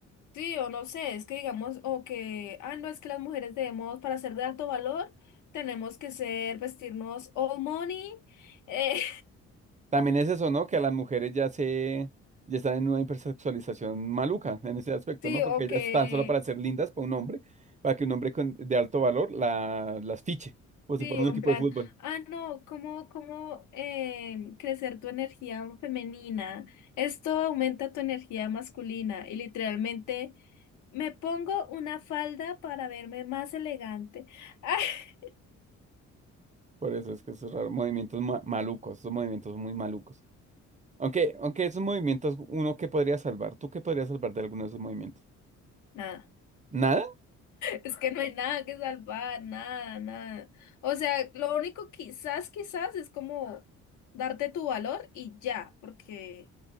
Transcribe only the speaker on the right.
También es eso, ¿no? Que a las mujeres ya se, ya están en una hipersexualización maluca en ese aspecto,
¿no? Porque
ellas
están solo para ser lindas para un hombre, para que un hombre con- de alto valor la, las fiche, como
si fuera un
equipo
de fútbol.
Por eso es que esos raros movimientos ma- malucos, esos movimientos muy malucos. Aunque, aunque esos movimientos, uno que podría salvar, ¿tú qué podrías salvar de alguno de esos movimientos?
Nada,